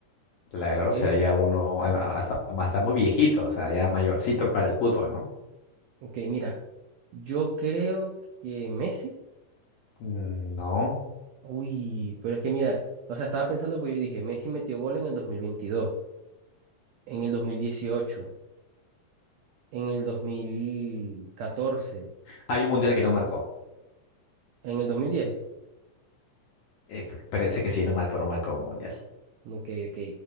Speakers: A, on the left; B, on the right.
A: Claro,
B: ¿ok?
A: o sea, ya uno ah, ah, hasta, hasta muy viejito, o sea, ya mayorcito para el fútbol, ¿no?
B: Ok, mira. Yo creo que Messi.
A: Mm, No.
B: Uy, pero es que mira, o sea, estaba pensando porque yo dije, Messi metió gol en el 2022, en el 2018, en el 2014,
A: Hay un mundial que no marcó.
B: en el dos mil diez,
A: Eh, parece que sí, no marcó, no marcó un mundial.
B: Ok, ok.